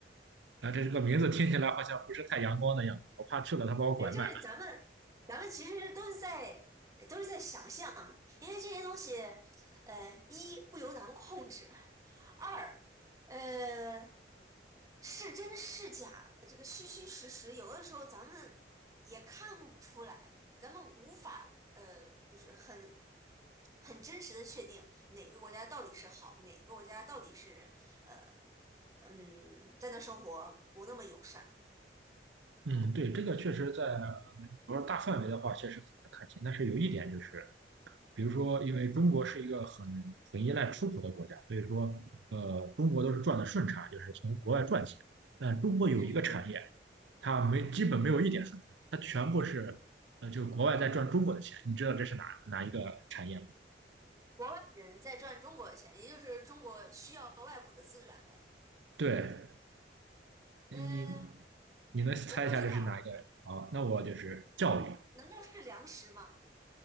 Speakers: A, on the right; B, on the right.
A: 的。啊，这这个名字听起来好像不是太阳光的样子，我怕去了他把我拐卖了。
B: 对，就是咱们，咱们其实都是在都是在想象，因为这些东西，呃，一不由咱们控制，二，呃，是真是假，这个虚虚实实，有的时候咱们也看不出来，咱们无法，呃，就是很很真实的确定哪个国家到底是好，哪个国家到底是，呃，嗯，在那生活不那么友善。
A: 嗯，对，这个确实在，呃比说大范围的话，确实很难看清。但是有一点就是，比如说，因为中国是一个很很依赖出口的国家，所以说，呃，中国都是赚的顺差，就是从国外赚钱。但中国有一个产业。
B: 嗯嗯。
A: 它没基本没有一点顺差，它全部是呃就是国外在赚中国的钱，你知道这是哪哪一个产业吗？
B: 国外人在赚中国的钱，也就是中国需要外部的资源呗。
A: 对，你
B: 呃，
A: 你能猜一下这是哪一个？
B: 我不知道，
A: 好，那我就是教育，
B: 难道是粮食吗？